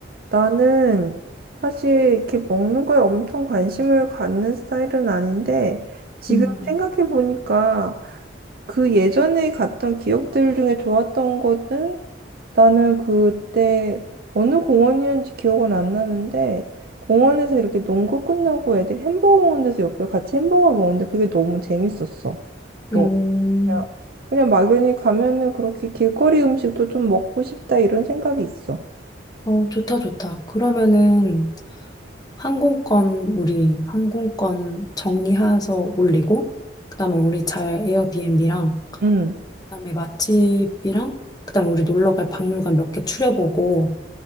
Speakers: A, on the right; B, on the left.
A: 나는 사실 이렇게 먹는 거에 엄청 관심을 갖는 스타일은 아닌데 지금
B: 음.
A: 생각해 보니까 그 예전에 갔던 기억들 중에 좋았던 것은 나는 그때 어느 공원이었는지 기억은 안 나는데 공원에서 이렇게 농구 끝나고 애들이 햄버거 먹는 데서 옆에 같이 햄버거를 먹는데 그게 너무 재밌었어. 그래서
B: 어,
A: 그냥, 그냥 막연히 가면은 그렇게 길거리 음식도 좀 먹고 싶다 이런 생각이 있어.
B: 어, 좋다, 좋다. 그러면은 항공권, 우리 항공권 정리해서 올리고, 그다음에 우리 잘 에어비앤비랑,
A: 응,
B: 그다음에 맛집이랑, 그다음에 우리 놀러 갈 박물관 몇 개 추려보고,